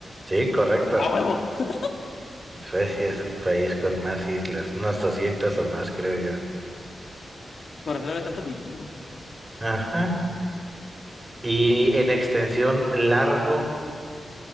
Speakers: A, on the right; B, on the left.
A: Sí, correcto.
B: a huevo. <laughs>
A: Suecia es el país con más islas, unas 200 o más, creo yo.
B: Por eso no había tanto vikingo.
A: Ajá. Y en extensión largo,